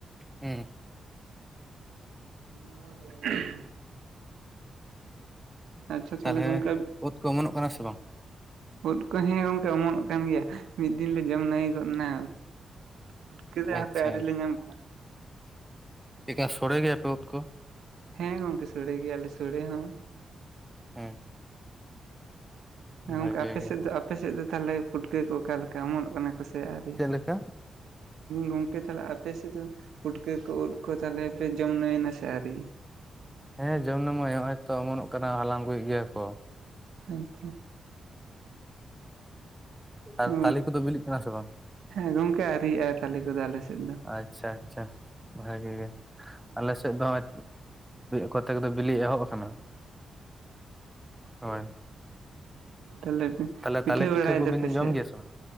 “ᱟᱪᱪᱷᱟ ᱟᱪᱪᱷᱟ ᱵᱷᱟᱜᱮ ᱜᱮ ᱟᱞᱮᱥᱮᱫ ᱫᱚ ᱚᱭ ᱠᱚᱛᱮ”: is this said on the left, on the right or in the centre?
Centre